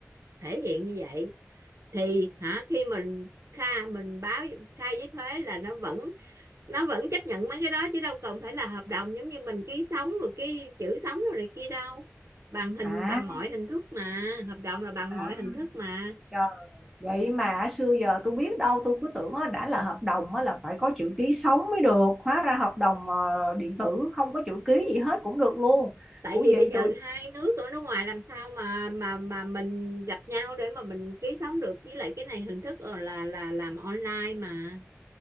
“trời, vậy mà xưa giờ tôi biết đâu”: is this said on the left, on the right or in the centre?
Centre